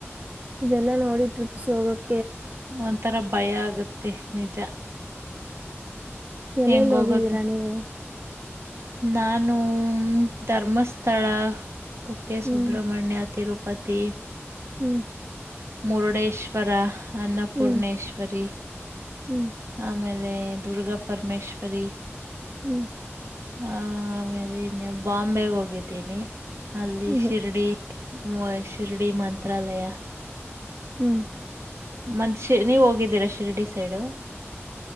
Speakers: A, on the right; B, on the right.
A: ಇದೆಲ್ಲಾ ನೋಡಿ ಟ್ರಿಪ್ಸ್ ಹೋಗಕ್.
B: ಒಂಥರ ಭಯ ಆಗತ್ತೆ ನಿಜ.
A: ಎಲ್ಲಲ್ಲಿ
B: ಹೆಂಗ್ ಹೋಗೋದು
A: ಹೋಗಿದ್ದೀರಾ ನೀವು.
B: ನಾನು ಧರ್ಮಸ್ಥಳ ಕುಕ್ಕೆ
A: ಹ್ಮ್
B: ಸುಬ್ರಮಣ್ಯ ತಿರು. ಪ್ಪತ್ತೇ.
A: ಹ್ಮ್.
B: ಮುರುಡೇಶ್ವರ ಅನ್ನಪೂರ್ಣೇಶ್ವರಿ
A: ಹ್ಮ್ ಹ್ಮ್
B: ಆಮೇಲೆ. ದುರ್ಗಾ ಪರಮೇಶೇಶ್ವರಿ
A: ಹ್ಮ್
B: ಆ ಆಮೇಲೆ ಬಾಂಬೆ ಹೋಗಿದ್ದೀನಿ ಅಲ್ಲಿ
A: ಹ್ಮ್
B: ಶಿರ್ಡಿ ಶಿರ್ಡಿ ಮಂತ್ರಾಲಯ
A: ಹ್ಮ್
B: ಮಂದ್ ಶ ನೀವ್ ಹೋಗಿದ್ದೀರಾ ಶಿರಡಿ ಸೈಡು